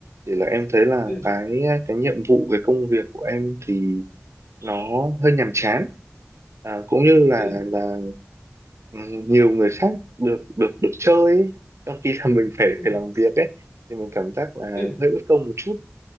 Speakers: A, on the right (about 80°); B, on the left (about 65°).
A: Chỉ là em thấy là
B: ừ
A: cái cái nhiệm vụ cái công việc của em thì nó hơi nhàm chán à, cũng như là
B: ừ
A: là ừ, nhiều người khác được được được chơi ấy. trong khi là mình phải
B: ừ
A: phải làm việc ấy thì mình cảm giác là
B: ừ
A: hơi bất công một chút